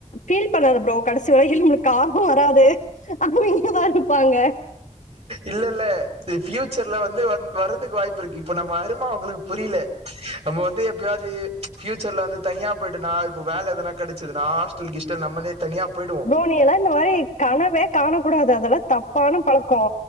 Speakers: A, on the left; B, on the right.
A: ஃபீல் பண்ணாத ப்ரோ கடைசி வரைல நம்ளுக்கு கார்வம் வராது அப்ற இங்கதா இருப்பாங்க
B: இல்ல இல்ல து ஃப்யூச்சர்ல வந்து வ வர்றதுக்கு வாய்ப்பிருக்கு இப்ப நம்ம அரும அவுங்களுக்கு புரில நம்ம வந்து எப்பயாவ்து ஃபியூச்சர்ல வந்து தனியா போயிட்டோன்னா இப்ப வேல எதனா கெடச்சுதுனா டல் கெஸ்டல் நம்மளே தனியா போய்டுவோ
A: ப்ரோ நீயெல்லா இந்த மாரி கனவே காண கூடாது அதெல்லா தப்பான பழக்கோ